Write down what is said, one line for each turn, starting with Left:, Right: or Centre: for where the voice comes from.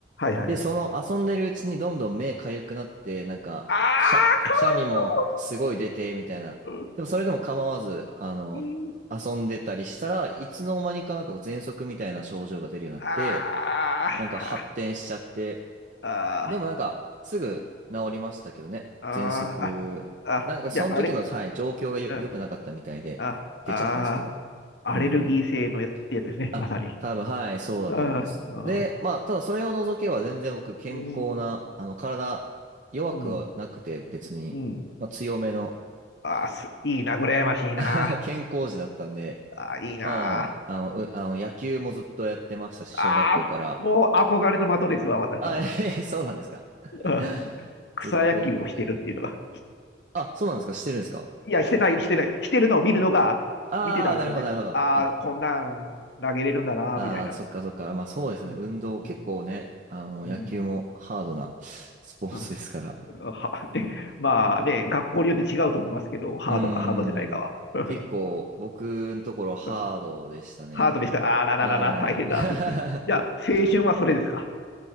Left: いはい。
Right: で、その遊んでるうちにどんどん目かゆくなって、なんか、
Left: ああ、
Right: くしゃ、
Left: かわい
Right: くしゃみもすごい出て、みたいな。
Left: そう。
Right: でもそれでも構わず、あの、
Left: うん
Right: 遊んでたりしたらいつの間にかなんか喘息みたいな症状が出るようになって、
Left: あああ
Right: なんか発展しちゃって、
Left: あ
Right: でもなんかすぐ治りましたけどね、
Left: ああ、
Right: 喘息。
Left: ああじゃあ、
Right: なんかその時の、
Left: あれ、
Right: はい、状況がよ、
Left: うん、
Right: 良くなかったみたいで、
Left: あ、
Right: 出ちゃったんですけど。
Left: あアレルギー性のやつ、
Right: うんうん
Left: ってやつですね、
Right: あ、
Left: <laughs> まさに。
Right: 多分、はい、そうだと思います。
Left: ああ、
Right: で、まあ、ただそれを除けば全然僕、健康な、
Left: うん、
Right: あの、体、弱くはなくて別に、
Left: うん、うん。
Right: まあ、強めの
Left: ああ、す、いいな、羨ましいな。
Right: <laughs> 健康児だったんで、
Left: ああ、いいな。
Right: まあ、あの、うあの野球もずっとやってましたし、小学校から。
Left: ああ、もう憧れの的ですわ、私の。
Right: あ、えへへそうなんですか。
Left: うん
Right: <laughs>
Left: 草野球をしてるっていうのが。
Right: ずっと、いやあ、そうなんですか、してるんですか。
Left: いや、してない、してない。してるのを見るのが、
Right: ああ、
Left: 見てたんですよね。
Right: なるほど、なるほど。
Left: ああ、
Right: あ、
Left: こんなん投げれるんだな、
Right: あー、
Left: みたいな。
Right: そっか、そっか。まあ、そうですよね。
Left: うん、
Right: 運動、
Left: うん、
Right: 結構ね、あの、
Left: うん。
Right: 野球もハードなスポーツですから。
Left: あはでまあね、学校によって違うと思いますけど、ハードかハードじゃないかは。
Right: うーん。結構僕のところハードでしたね。
Left: <laughs> ハートでした。あらららら、
Right: は
Left: 大変だ。<laughs>
Right: い。
Left: じゃあ、青春はそれですか。